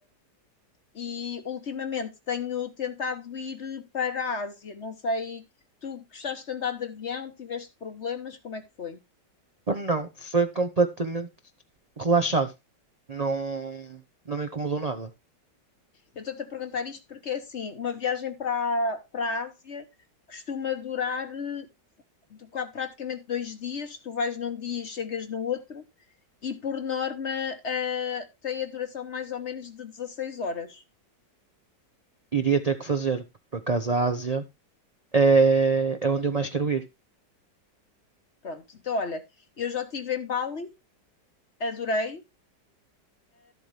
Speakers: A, on the left (about 45°); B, on the right (about 40°).
A: e ultimamente tenho tentado ir eh, para a Ásia. Não sei, tu gostaste de andar de avião, tiveste problemas, como é que foi?
B: Pá, Não, foi completamente relaxado. Não, não me incomodou nada.
A: Eu estou-te a perguntar isto porque é assim, uma viagem para, para a Ásia costuma durar eh, de qua- praticamente dois dias, tu vais num dia e chegas no outro, e por norma eh, tem a duração mais ou menos de 16 horas.
B: Iria ter que fazer, porque por acaso a Ásia é, é onde eu mais quero ir.
A: Pronto, então olha, eu já estive em Bali, adorei,